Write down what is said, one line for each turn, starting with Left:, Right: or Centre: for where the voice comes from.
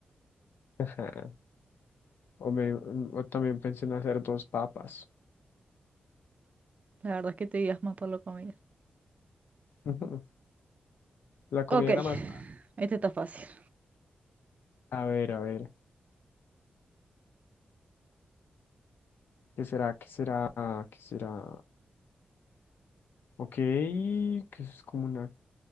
Left: <laughs> O, me, mm, o también pensé en hacer dos papas.
Right: La verdad es que te digas más por la comida.
Left: <laughs> La comida
Right: Ok,
Left: era
Right: <laughs>
Left: más fácil.
Right: este está fácil,
Left: A ver, a ver. ¿Qué será? ¿Qué será? ¿Qué será? Ok, que es como una...